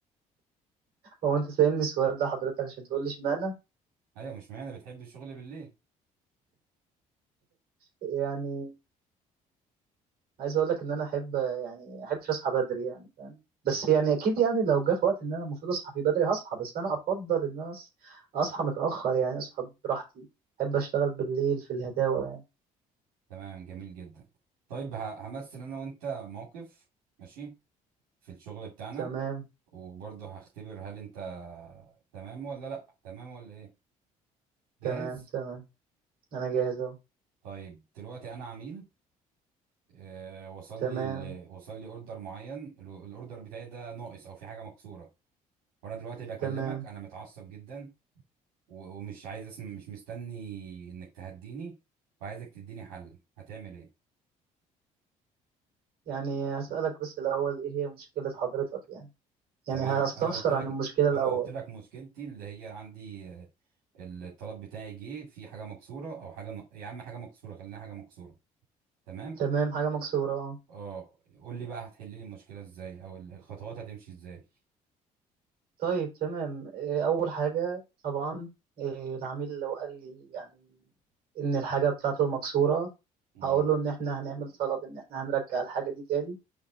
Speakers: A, on the right (about 65°); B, on the right (about 85°).
A: هو أنت سألني السؤال ده حضرتك عشان تقول لي اشمعنى
B: ايوه مش معنى بتحب الشغل بالليل
A: يعني عايز اقول لك ان انا احب يعني احبش اصحى بدري يعني فاهم بس يعني اكيد يعني لو جه في وقت ان انا المفروض اصحى فيه بدري هصحى بس انا افضل ان انا أص- اصحى متاخر يعني اصحى براحتي احب اشتغل بالليل في الهداوه يعني
B: تمام جميل جدا طيب ه- همثل انا وانت موقف ماشي في الشغل بتاعنا
A: تمام
B: وبرضه هختبر هل انت تمام ولا لا تمام ولا ايه جاهز
A: تمام تمام انا جاهز اهو
B: طيب دلوقتي انا عميل اه وصل
A: تمام
B: لي ال- وصل لي اوردر معين ال- الاوردر بتاعي ده ناقص او في حاجه مكسوره وانا دلوقتي بكلمك
A: تمام
B: انا متعصب جدا و- ومش عايز اسم مش مستني انك تهديني وعايزك تديني حل هتعمل ايه
A: يعني هسالك بس الاول ايه هي مشكله حضرتك يعني
B: تمام
A: يعني هستفسر
B: انا قلت لك
A: عن المشكله الاول
B: انا قلت لك مشكلتي اللي هي عندي آه، الطلب بتاعي جه في حاجه مكسوره او حاجه نق- يا عم حاجه مكسوره خلينا حاجه مكسوره تمام
A: تمام حاجه مكسوره اه
B: اه قول لي بقى هتحل لي المشكله ازاي او ال- الخطوات هتمشي ازاي
A: طيب تمام آه، أول حاجة طبعا آه، العميل لو قال لي يعني إن الحاجة بتاعته مكسورة
B: مم.
A: هقول له إن إحنا هنعمل طلب إن إحنا هنرجع الحاجة دي تاني